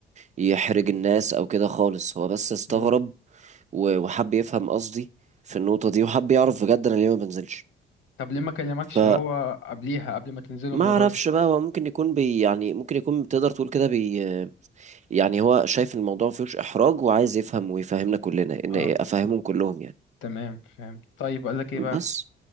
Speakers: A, on the right; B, on the left.
A: يحرج الناس او كده خالص هو بس استغرب
B: مم.
A: و... وحب يفهم قصدي في النقطه دي وحب يعرف بجد انا ليه ما بنزلش
B: طب ليه ما كلمكش
A: فما
B: هو قبليها قبل ما تنزلوا المرة
A: اعرفش
B: دي
A: بقى هو ممكن يكون بي... يعني ممكن يكون تقدر تقول كده بي... يعني هو شايف الموضوع ما فيهوش احراج وعايز يفهم ويفهمنا كلنا ان
B: اه
A: إيه، افهمهم كلهم يعني
B: تمام فهمت طيب قال لك ايه
A: بس
B: بقى